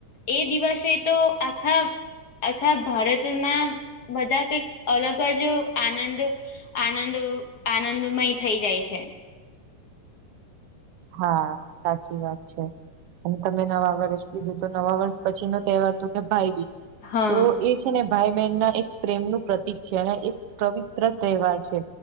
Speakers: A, on the left (about 40°); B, on the right (about 65°).
A: એ દિવસે તો આખા આખા ભારતના બધા કંઈક અલગ જ આનંદ આનંદ આનંદમય થઈ જાય છે.
B: હા સાચી વાત છે. અને તમે નવા વરષ કીધું તો નવા વર્ષ પછી નો તહેવાર તો કે ભાઈબીજ
A: હા
B: તો એજ છે ને ભાઈ બહેન ના એક પ્રેમનું પ્રતિક છે અને એક પવિત્ર તહેવાર છે.